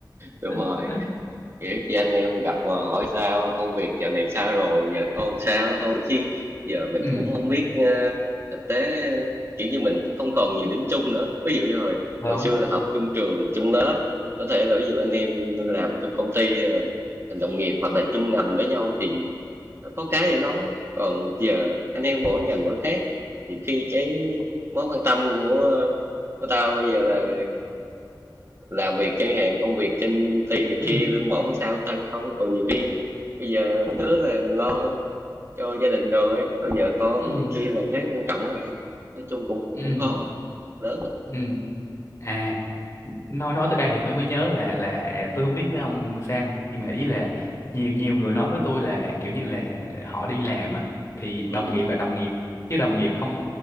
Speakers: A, on the right; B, on the left.
A: đúng
B: <laughs>
A: rồi kiểu chị anh em gặp mà hỏi sao công việc dạo này sao rồi giờ con sao thôi chứ giờ mình
B: ừ
A: cũng không biết ờ, thực tế ờ, kiểu như mình không còn nhiều điểm chung nữa ví dụ như hồi
B: không
A: hồi xưa là học chung trường chung lớp có thể là ví dụ anh em làm chung công ty ờ, thành đồng nghiệp hoặc là chung ngành với nhau thì nó có cái để nói còn giờ anh em mỗi ngành mỗi khác nhiều khi cái mối quan tâm của của tao bây giờ là làm việc chẳng hạn công việc trên ty này
B: ừ
A: kia lương bổng sao tăng không còn nhiều khi bây giờ mấy đứa là lo cho gia đình rồi lo vợ con
B: ừ
A: này kia là cái quan trọng đó. nói chung cũng
B: ừ
A: cũng khó lớn
B: ừ À, nói nói tới đây thì tôi mới nhớ là là tôi không biết với ông sao nhưng mà ý là nhiều nhiều người nói với tôi là kiểu như là họ đi làm á thì
A: ừ
B: đồng nghiệp là đồng nghiệp chứ đồng nghiệp không